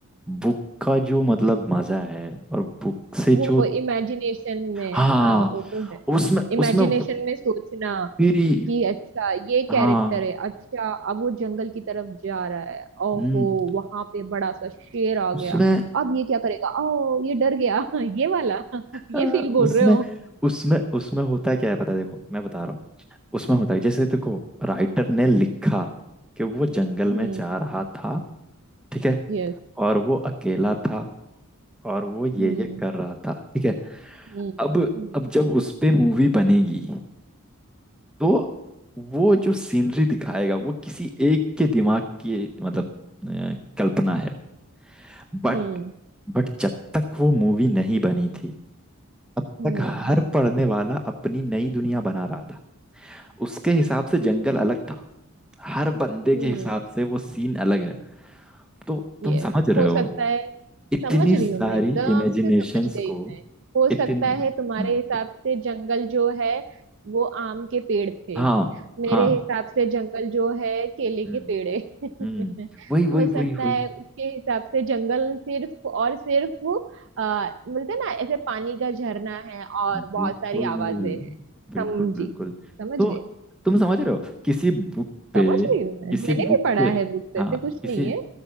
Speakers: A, in the centre; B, on the right.
A: बुक का जो मतलब मजा है और बुक से
B: वो
A: जो
B: इमेजिनेशन में
A: हाँ
B: हाँ वो तो है
A: उसमें
B: इमेजिनेशन
A: उसमें
B: में सोचना
A: मेरी
B: कि अच्छा ये
A: हाँ
B: कैरेक्टर है अच्छा अब वो जंगल की तरफ जा रहा है ओहो
A: हम्म
B: वहां पे बड़ा सा शेर आ गया
A: उसमें
B: अब ये क्या करेगा ओ ये डर गया <laughs> ये वाला <laughs> ये
A: हाँ,
B: फील बोल
A: उसमें
B: रहे हो
A: उसमें उसमें होता क्या है पता है देखो मैं बता रहा हूँ उसमें होता है जैसे देखो राइटर ने लिखा कि वो जंगल
B: हम्म
A: में जा रहा था ठीक है
B: यस
A: और वो अकेला था और वो ये
B: हम्म
A: ये कर रहा था ठीक है
B: हम्म
A: अब
B: हम्म
A: अब जब उस पे मूवी बनेगी तो वो जो सीनरी दिखाएगा वो किसी एक के दिमाग की मतलब अ, कल्पना है बट
B: हम्म
A: बट जब तक वो मूवी नहीं बनी थी तब
B: हम्म
A: तक हर पढ़ने वाला अपनी नई दुनिया बना रहा था उसके हिसाब से जंगल अलग था हर बंदे
B: हम्म
A: के हिसाब से वो सीन अलग है तो तुम
B: यस
A: समझ रहे
B: हो
A: हो
B: सकता है
A: इतनी
B: समझ रही
A: सारी
B: हूँ मैं एकदम
A: इमेजिनेशंस
B: से समझ गई
A: को
B: मैं हो
A: इतनी
B: सकता है तुम्हारे
A: हम्म,
B: हिसाब से जंगल जो है वो आम के पेड़ थे
A: हाँ
B: मेरे
A: हाँ
B: हिसाब से जंगल जो है केले
A: हम्म
B: के पेड़ है <laughs>
A: हम्म वही वही
B: हो
A: वही
B: सकता
A: वही
B: है उसके हिसाब से जंगल सिर्फ और सिर्फ आ, बोलते हैं ना ऐसे पानी का झरना है और
A: बिल्कुल
B: बहुत सारी आवाजें हैं
A: बिल्कुल
B: समझी
A: बिल्कुल
B: समझ
A: तो
B: गई
A: तुम समझ रहे हो किसी बुक पे
B: समझ रही हूँ मैं
A: किसी
B: मैंने
A: बुक
B: भी पढ़ा
A: पे
B: है बुक
A: हाँ
B: ऐसे कुछ
A: किसी
B: नहीं है